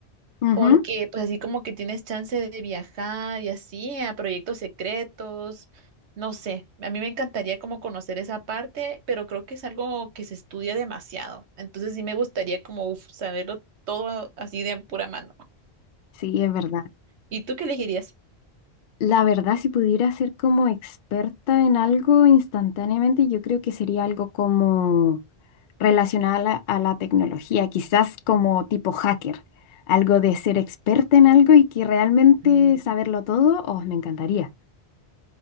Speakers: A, on the left; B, on the right.
A: Ujú,
B: porque pues así como que tienes chance de viajar y así a proyectos secretos, no sé. A mí me encantaría como conocer esa parte, pero creo que es algo que se estudia demasiado. Entonces sí me gustaría como uf, saberlo todo así de pura mano.
A: Sí, es verdad.
B: ¿Y tú qué elegirías?
A: La verdad, si pudiera ser como experta en algo instantáneamente, yo creo que sería algo como relacionado a la, a la tecnología, quizás como tipo hacker, algo de ser experta en algo y que realmente
B: Mm,
A: saberlo todo, oh, me encantaría.